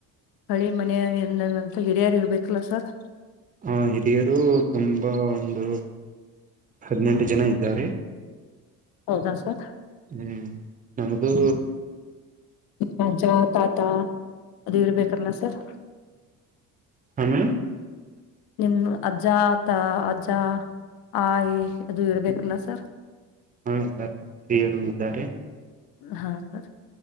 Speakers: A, on the left; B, on the right.
A: ಹಳಿ ಮನೆಯ ಎಂದನಂತ ಹಿರಿಯಾರ್ ಇರ್ಬೇಕಲ್ಲ ಸರ್
B: ಆ ಹಿರಿಯರು ತುಂಬಾ ಒಂದು ಹದಿನೆಂಟು ಜನ ಆಯ್ತು ಇದ್ದಾರೆ
A: ಹೌದಾ ಸರ್
B: ಹ್ಮ್ ನಮದು
A: ರಾಜಾ ತಾತಾ ಅದು ಇವ್ರು ಬೇಕಾರಲ್ಲ ಸರ್
B: ಆಮೇಲೆ
A: ನಿಮ್ ಅಜ್ಜ ಆತ ಅಜ್ಜ ಆಯಿ ಅದು ಇರ್ಬೇಕಿಲ್ಲ ಸರ್
B: ಹಾ ಹಿರಿಯರು ಇದ್ದಾರೆ
A: ಹಾ ಸರ್